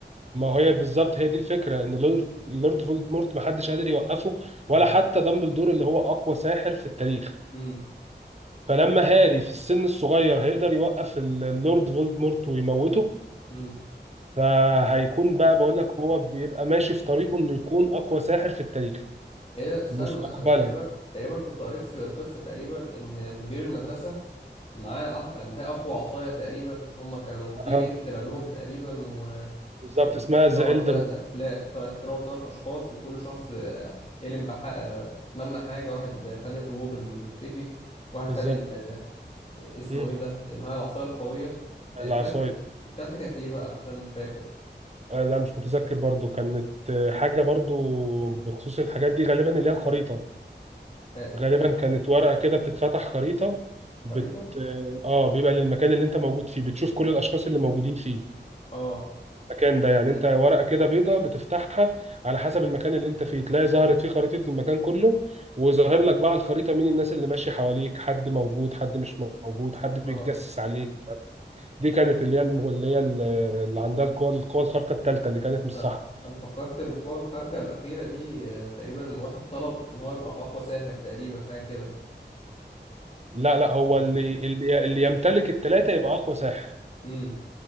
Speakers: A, on the right (about 35°); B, on the left (about 35°).
A: ما هي بالظبط هي دي الفكره ان اللورد اللورد فولدمورت محدش قادر يوقفه
B: اه
A: ولا حتى دامبلدور اللي هو اقوى ساحر في التاريخ
B: امم
A: فلما هاري في السن الصغير هيقدر يوقف ال- اللورد فولدمورت ويموته
B: امم
A: فهيكون بقى بقول لك هو بيبقى ماشي في طريقه انه يكون اقوى ساحر في التاريخ
B: ايه ده، استنى
A: مستقبلا
B: انا تقريبا تقريبا كنت قريت في قصة تقريبا ان مدير المدرسة معاه أح- اللي هي اقوى عصاية تقريبا هم كانوا في
A: اه
B: جن طلع لهم تقريبا
A: بالظبط
B: كان-
A: اسمها
B: طلعوا
A: ذا إلدر
B: ثلاث افلام طلعوا ثلاث اشخاص وكل شخص آه، حلم بحق آه، اتمنى حاجه واحد آه، خد الروبر اللي بيختفي واحد
A: بالظبط
B: خد ال... آه، اسمه
A: مم.
B: ايه ده اللي هي العصايه القويه
A: العصاية
B: آه، مش عارف التالتة كانت ايه بقى عشان مش فاكر
A: آه، لا مش متذكر برضو كانت آه، حاجة برضو بخصوص الحاجات دي غالبا اللي هي الخريطة
B: آه،
A: غالبا
B: آه،
A: كانت ورقة كده بتتفتح خريطة
B: خريطه
A: بت اه آه، بيبقى للمكان اللي انت موجود فيه بتشوف كل الأشخاص اللي موجودين فيه
B: اه
A: المكان ده يعني
B: مم.
A: انت ورقة كده بيضة بتفتحها على حسب المكان اللي انت فيه تلاقي ظهرت فيه خريطة المكان كله وظاهر لك بقى على الخريطة مين الناس اللي ماشية حواليك حد موجود حد مش موجود حد بيتجسس
B: اه
A: عليك دي كانت اللي هي الم- اللي هي اللي عندها القوى القوى الخارقة الثالثة اللي كانت مش
B: لا
A: صح
B: انا فكرت القوة الخارقة الأخيرة دي آه، تقريبا واحد طلب ان هو يبقى اقوى ساحر تقريبا حاجة كده
A: لا لا هو
B: لا
A: اللي اللي اللي يمتلك التلاتة يبقى أقوى ساحر
B: امم